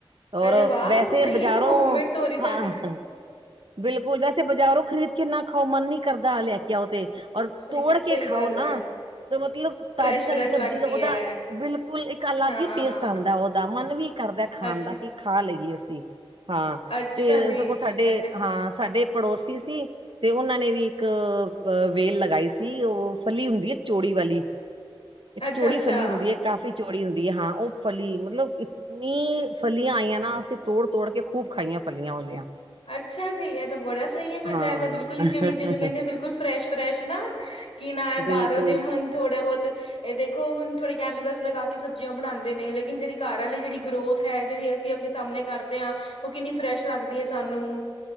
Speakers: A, on the right; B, on the left.
A: ਔਰ
B: ਅਰੇ ਵਾਹ!
A: ਵੈਸੇ
B: ਤੇ ਸਹੀ
A: ਬਜ਼ਾਰੋਂ
B: ਹੈ ਫਿਰ ਹੋਮਮੇਡ ਤੋਰੀ ਤੁਹਾਡੀ।
A: ਹਾਂ। ਬਿਲਕੁਲ। ਵੈਸੇ ਬਾਜ਼ਾਰੋਂ ਖਰੀਦ ਕੇ ਇੰਨਾ ਖਾਓ ਮਨ ਨੀ ਕਰਦਾ ਲੈ ਕੇ ਆਓ ਤੇ ਔਰ
B: ਸਹੀ,
A: ਤੋੜ ਕੇ
B: ਸਹੀ
A: ਖਾਓ
B: ਗੱਲ
A: ਨਾ।
B: ਹੈ
A: ਮਤਲਬ ਤਾਜ਼ੀ
B: ਫਰੈਸ਼,
A: -ਤਾਜ਼ੀ
B: ਫਰੈਸ਼
A: ਸਬਜ਼ੀ
B: ਲੱਗਦੀ
A: ਦਾ। ਉਹਦਾ
B: ਹੈ
A: ਬਿਲਕੁਲ ਇੱਕ ਅਲੱਗ
B: ਹਾਂ।
A: ਹੀ ਟੇਸਟ ਆਉਂਦਾ ਉਹਦਾ। ਮਨ ਵੀ ਕਰਦਾ ਖਾਣ
B: ਅੱਛਾ,
A: ਦਾ ਕਿ ਖਾ ਲਈਏ ਅਸੀਂ। ਹਾਂ
B: ਅੱਛਾ
A: ਤੇ
B: ਜੀ
A: ਸਗੋਂ ਸਾਡੇ
B: ਅਤੇ
A: ਹਾਂ। ਸਾਡੇ ਪੜੋਸੀ ਸੀ। ਤੇ ਉਹਨਾਂ ਨੇ ਵੀ ਇੱਕ ਵੇਲ ਲਗਾਈ ਸੀ। ਉਹ ਫਲੀ ਹੁੰਦੀ ਹੈ ਚੌੜੀ ਵਾਲੀ। ਇੱਕ
B: ਅੱਛਾ,
A: ਚੌੜੀ
B: ਅੱਛਾ
A: ਫਲੀ ਹੁੰਦੀ ਹੈ। ਕਾਫ਼ੀ ਚੌੜੀ ਹੁੰਦੀ ਹੈ। ਹਾਂ ਉਹ ਫਲੀ ਮਤਲਬ ਨੀ ਫਲੀਆਂ ਆਈਆਂ ਨਾ। ਅਸੀਂ ਤੋੜ- ਤੋੜ ਕੇ ਖੂਬ ਖਾਈਆਂ। ਫਲੀਆਂ ਵਲੀਆਂ।
B: ਅੱਛਾ ਜੀ। ਇਹ ਤਾਂ ਬੜਾ ਸਹੀ ਹੈ। ਫਿਰ
A: ਹਾਂ
B: ਤਾਂ ਇਹ ਤਾਂ ਬਿਲਕੁਲ ਹੀ ਜਿਵੇਂ ਜਿਨੂੰ ਕਹਿੰਦੇ ਬਿਲਕੁਲ ਬਿਲਕੁਲ ਫਰੈਸ਼- ਫਰੈਸ਼ ਨਾ ਕਿ ਨਾ ਹੈ
A: ਬਿਲਕੁਲ,
B: ਬਾਹਰੋਂ ਜਿਵੇਂ ਹੁਣ ਥੋੜੇ ਬਹੁਤ। ਇਹ ਦੇਖ ਹੁ ਥੋੜੇ ਕੈਮੀਕਲਸ ਲਗਾ ਕੇ ਸਬੀਆਂ ਬਣਾਉਦੇ ਨੇ। ਲੇਕਿਨ ਜਿਹੜੀ ਘਰ ਵਾਲੀ ਜਿਹੜੀ ਗਰੋਥ ਹੈ। ਜਿਹੜੀ ਅਸੀਂ ਆਪਣੀ ਸਾਹਮਣੇ ਕਰਦੇ ਹਾਂ। ਉਹ ਕਿੰਨੀ ਫਰੈਸ਼ ਲੱਗਦੀ ਹੈ। ਸਾਨੂੰ